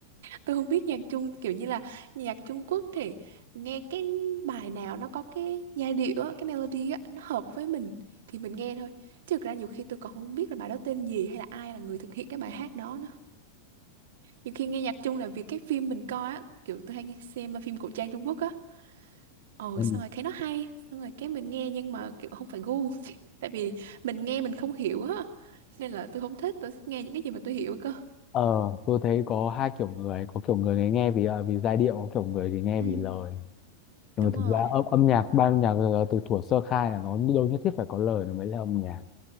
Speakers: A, on the right; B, on the left.
A: Tôi không biết nhạc Trung kiểu như là nhạc Trung Quốc thì nghe cái bài nào nó có cái giai điệu á, cái melody á, nó hợp với mình thì mình nghe thôi. Chứ thực ra nhiều khi tôi còn không biết là bài đó tên gì hay là ai là người thực hiện cái bài hát đó nữa. Nhiều khi nghe nhạc Trung là vì cái phim mình coi á, kiểu tôi hay nghe- xem phim cổ trang Trung Quốc á. Ồ
B: Ừ.
A: xong rồi thấy nó hay, xong rồi cái mình nghe nhưng mà kiểu không phải gu. <laughs> Tại vì mình nghe mình không hiểu á. Nên là tôi không thích, tôi thích nghe những cái gì mà tôi hiểu cơ.
B: Ờ, tôi thấy có hai kiểu người, có kiểu người thì nghe vì ờ, vì giai điệu, có kiểu người thì nghe
A: Ừ,
B: vì lời. Nhưng
A: đúng
B: mà thực
A: rồi.
B: ra âm, âm nhạc, ban âm nhạc là từ thuở sơ khai là nó đâu nhất thiết phải có lời nó mới là âm nhạc.